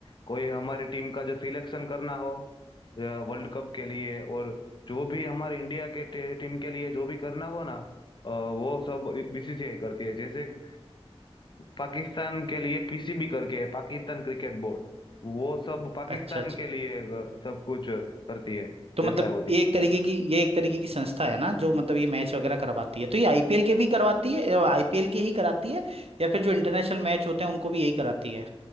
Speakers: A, on the left; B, on the right.
A: कोई हमारी टीम का जो सिलेक्शन करना हो वर्ल्ड कप के लिए और जो भी हमारे इंडिया के टे- टीम के लिए जो भी करना हो ना अ, वो सब बीसीसीआई करती है जैसे अ, पाकिस्तान के लिए पीसीबी करके है पाकिस्तान क्रिकेट बोर्ड वो सब पाकिस्तान
B: अच्छा अच्छा
A: के लिए अ, सब कुछ करती है
B: तो
A: वैसा
B: मतलब
A: होती
B: ये
A: है
B: एक तरीके की ये एक तरीके की संस्था है ना जो मतलब ये मैच वगैरह करवाती है तो ये आईपीएल के भी करवाती है आईपीएल के ही कराती है या फिर जो इंटरनेशनल मैच होते हैं उनको भी यही कराती है